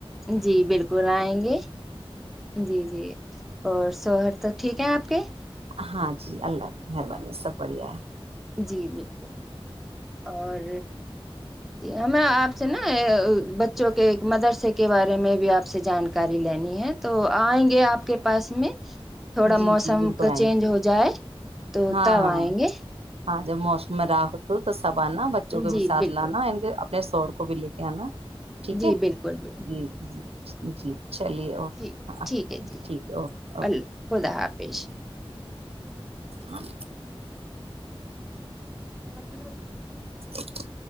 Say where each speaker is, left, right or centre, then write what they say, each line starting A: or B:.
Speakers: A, in the centre; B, on the right (about 80°).
A: جی بالکل آئیں گے جی جی اور شوہر تو ٹھیک ہے آپ <inaudible>
B: ہاں جی اللہ کی مہربانی سب بڑھیا ہے
A: جی بالکل اور جی ہمیں آپ سے نا بچوں کے ایک مدرسے کے بارے میں بھی آپ سے جانکاری لینی ہے تو آئیں گے آپ کے پاس میں تھوڑا
B: جی
A: موسم
B: جی بالکل
A: کا
B: آئیں
A: چینج ہو جائے تو
B: ہاں
A: تب
B: ہاں
A: آئیں گے
B: ہاں جب موسم میں راہت تو سب آنا بچوں کے
A: جی
B: بھی سھ
A: بالکل
B: لانا ان کے سور کو بھی لے کے ہیں نا ٹھیک
A: جی
B: ہے
A: بالکل
B: جی جی جی چلیے اوکے
A: ج
B: ہاں
A: ٹھیک ہے جی
B: ٹھیک اوکے
A: اللہ خدا حافظ
B: ہاں
A: ہاں
B: جی